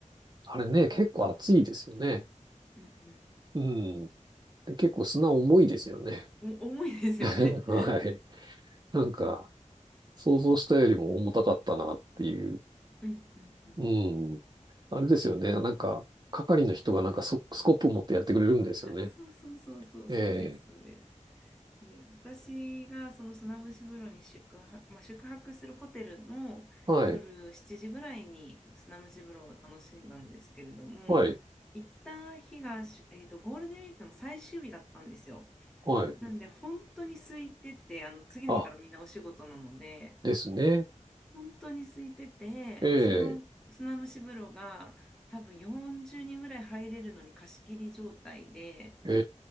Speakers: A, on the right (about 35°); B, in the centre.
A: あれね、結構暑いですよね。
B: うん
A: うん。で結構砂重いですよね。
B: うん。お重いですよね。
A: <laughs> はい。
B: <laughs>
A: なんか、想像したよりも重たかったなっていう。
B: うんうんうんうん。
A: うん。あれですよね。なんか、係の人がなんかソスコップ持ってやってくれるんですよね。
B: そうそうそうそうそうですそうです。
A: ええ。
B: で私がその砂節風呂に宿泊、まあ、宿泊するホテルの夜7時ぐらいに砂蒸し風呂を楽しんだんですけれども行った日が、
A: はい。はい。
B: えーと、ゴールデンウィークの最終日だったんですよ。
A: はい。
B: なんで本当に空いててあの次の日からみんなお仕事なので
A: あ、ですね。
B: 本当に空いててその砂蒸し風呂が多分40人ぐらい入れるのに貸し切り状態で。
A: ええ。え